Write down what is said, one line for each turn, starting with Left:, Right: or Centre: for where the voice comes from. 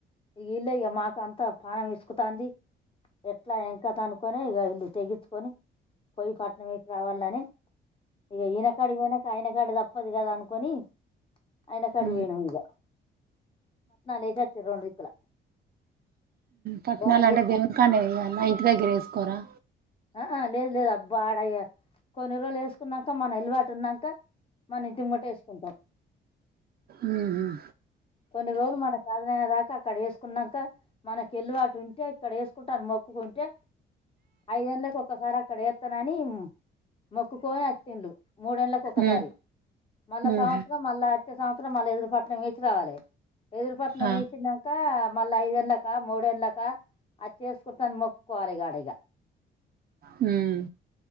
Left: ఇగ ఈళ్ళె ఇగ ఇక మాకు అంతా పానం ఇసుకుతాంది ఎట్లా ఎంకట అనుకొని ఇగ ఇల్లు తెగచ్చుకొని పొయ్యి పట్నంకి రావాలని ఇగ ఈయన కాడికి పోయినాక ఆయన కాడ తప్పదు కదా అనుకొని అయన కాడి
Right: ఉమ్,
Left: పోయినామ్ ఇంగ లేసొచ్చె రెండు దిక్కుల
Right: పట్నాలు
Left: బోనం
Right: అంటే
Left: చేసి
Right: దేవునికాన్నే
Left: పట్
Right: వెయ్యాల ఇంటి దగ్గర వేసుకోరా
Left: అ అ లేదు లేదు అబ్బా ఆడయ కొన్ని రోలు ఎసుకున్నాక మన అల్లువాటు ఉన్నాక మన ఇంటి ముంగట్ వేసుకుంటాం మ్
Right: ఉమ్మ్,
Left: కొన్ని రోజులు మన సాధన ఏలా ఇంక అక్కడ వేసుకున్నాక మనకి ఎల్లువాటు ఉంటే ఇక్కడ వేసుకుంటాను మొక్కుకుంటే ఐదేళ్లకి ఒక్కసారి అక్కడ ఏత్తర్ అని మొక్కుకొని వచ్చిండు మూడేండ్లకి ఒక్కసారి
Right: ఉమ్,
Left: మళ్ళా
Right: ఉమ్మ్,
Left: సంవత్సరం మళ్ళా ప్రతి సంవత్సరం మళ్ళ ఎదురుపట్నం వేసి రావాలి ఎదురుపట్నం
Right: ఆ,
Left: వేసినాక మళ్ళ ఐదే ఎండ్లక మూడే ఎండ్లక అది చేసుకుంటాను మొక్కోవాలి ఇగఆడ్ ఇగ
Right: మ్మ్